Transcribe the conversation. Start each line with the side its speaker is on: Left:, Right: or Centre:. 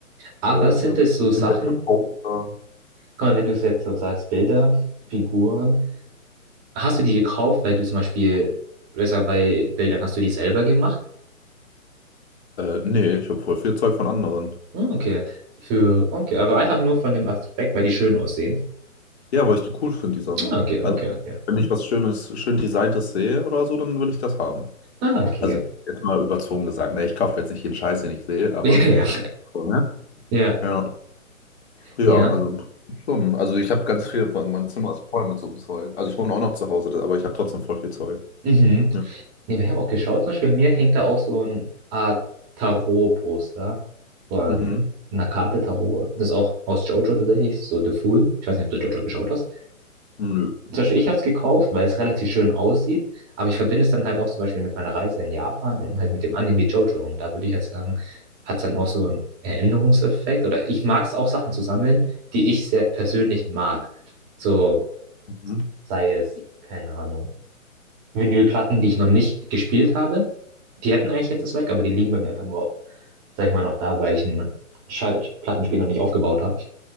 Right: Aber
Left: äh, irgendwelche
Right: sind es so Sachen,
Left: Poster.
Right: guck mal, wenn du es jetzt so sagst, Bilder, Figuren, hast du die gekauft, weil du zum Beispiel, ich sag, bei Bildern hast du die selber gemacht?
Left: Äh, nee, ich habe voll viel Zeug von anderen.
Right: Ah, okay. Für, okay, aber einfach nur von dem Aspekt, weil die schön aussehen.
Left: Ja, weil ich die cool finde, die Sachen.
Right: Ah, okay,
Left: Also,
Right: okay, okay.
Left: wenn ich was Schönes, schön Designtes sehe oder so, dann will ich das haben.
Right: Ah, okay.
Left: Also, jetzt mal überzogen gesagt. Ne, ich kaufe jetzt nicht jeden Scheiß, den ich sehe, aber.
Right: <laughs> Ja, ja,
Left: So, ne?
Right: ja,
Left: Ja. Ja,
Right: ja.
Left: also im Prinzip schon. Also ich habe ganz viel, vor allem mein Zimmer ist voll mit so einem Zeug. Also ich wohne auch noch zu Hause, das- aber ich habe trotzdem voll viel Zeug.
Right: Mhm.
Left: Ja.
Right: Nee, ich habe auch geschaut, zum Beispiel bei mir hängt da auch so eine Art Tarot-Poster von
Left: Mhm.
Right: einer Karte Tarot. Das ist auch aus JoJo tatsächlich, so The Fool. Ich weiß nicht, ob du JoJo geschaut hast.
Left: Nö.
Right: Zum Beispiel, ich habe es gekauft, weil es relativ schön aussieht, aber ich verbinde es dann halt auch zum Beispiel mit meiner Reise in Japan und halt mit dem Anime JoJo. Und da würde ich halt sagen, hat es dann auch so einen Erinnerungseffekt. Oder ich mag es auch, Sachen zu sammeln, die ich sehr persönlich mag. So
Left: Mhm.
Right: sei es, keine Ahnung. Vinylplatten, die ich noch nicht gespielt habe. Die hätten eigentlich jetzt einen Zweck, aber die liegen bei mir einfach nur, sag ich mal, noch da, weil ich einen Schallplattenspieler noch nicht aufgebaut habe.